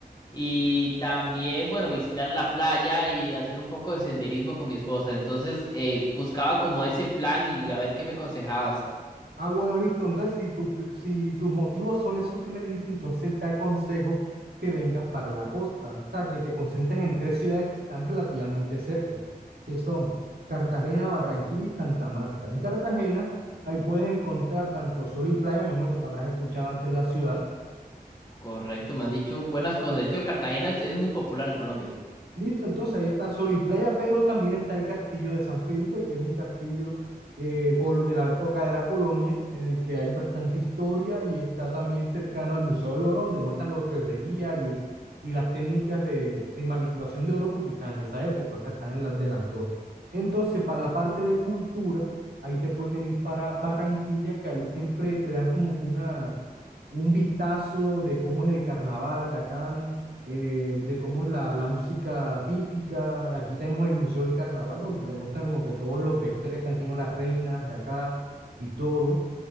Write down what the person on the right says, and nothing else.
Ah, bueno, listo. Entonces, si, tu, si tus motivos son esos que me dijiste, entonces te aconsejo que vengas para la costa. O sea, que te concentres en tres ciudades que están relativamente cerca, que son Cartagena, Barranquilla y Santa Marta. En Cartagena, ahí puedes encontrar tanto sol y playa, me imagino que te habrás escuchado antes la ciudad.
Listo, entonces ahí está Sol y Playa, pero también está el castillo de San Felipe, que es un castillo eh, col- de la época de la colonia, en el que hay bastante historia y está también cercano al Museo del Oro, donde muestran la orfebrería y, y las técnicas de, de manipulación de oro que utilizaban en esa época, o sea, están en las de las dos. Entonces, para la parte de cultura, ahí te puedes venir para Barranquilla, que ahí siempre te dan como que una un vistazo de cómo es el carnaval de acá, eh, de cómo es la, la música típica. Aquí tenemos el Museo del Carnaval, donde te muestran como que todos los vestuarios que han tenido las reinas de acá y todo.